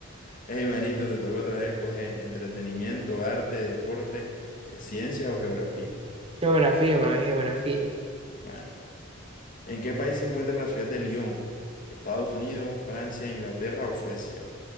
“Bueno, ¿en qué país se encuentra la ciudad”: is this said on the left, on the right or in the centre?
Left